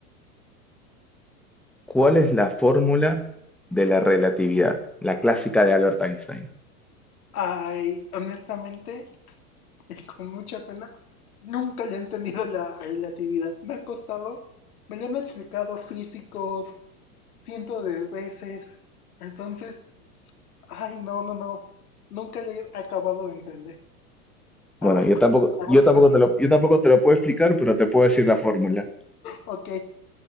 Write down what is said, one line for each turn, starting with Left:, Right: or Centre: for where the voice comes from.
Centre: ¿Cuál es la fórmula de la relatividad? La clásica de Albert Einstein.
Left: Ay, honestamente, <laughs> y con mucha pena, nunca le he entendido la relatividad. Me ha costado, me lo han explicado físicos cientos de veces. Entonces, Ay, no, no, no. Nunca lo he acabado de entender.
Centre: Bueno,
Left: A ver,
Centre: yo
Left: cu-
Centre: tampoco,
Left: a
Centre: yo
Left: ver
Centre: tampoco
Left: si continúo.
Centre: te lo, yo tampoco te lo puedo explicar, pero te puedo decir la fórmula.
Left: Ok,